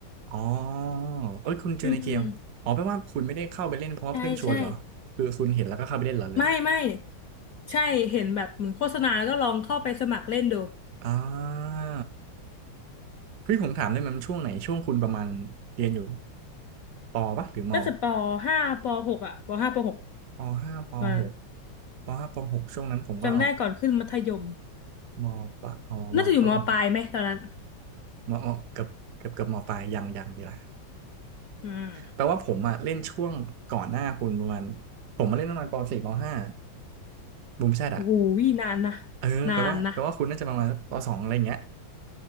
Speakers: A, on the right; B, on the left.
A: อ๋อเอ้ยคุณเจอในเกมอ๋อแปลว่าคุณไม่ได้เข้าไปเล่นเพราะว่าเพื่อนชวนเหรอคือคุณเห็นแล้วก็เข้าไปเล่นเหรอเลย
B: อืมใช่ใช่ไม่ไม่ใช่เห็นแบบเหมือนโฆษณาแล้วก็ลองเข้าไปสมัครเล่นดู
A: อ่าเฮ้ยผมถามได้ไหมมันช่วงไหนช่วงคุณประมาณเรียนอยู่ปปะหรือม
B: ก็จะปห้าปหกอ่ะปห้าปหก
A: ปห้าปหก
B: ตอนนั้น
A: ปห้าปหกช่วงนั้นผมก็
B: จำได้ก่อนขึ้นมัธยม
A: มปะอ๋อมต้น
B: น่าจะอยู่มปลายไหมตอนนั้น
A: มมเกือบเกือบเกือบมปลายยังยังดีละ
B: อืม
A: แปลว่าผมอะเล่นช่วงก่อนหน้าคุณประมาณผมมาเล่นประมาณปสี่ปห้าบูมแชทอะ
B: โอ้โหนานนะ
A: เออแปลว่าแปลว่าคุณน่าจะประมาณปสองอะไรอย่างเงี้ย
B: นานนะ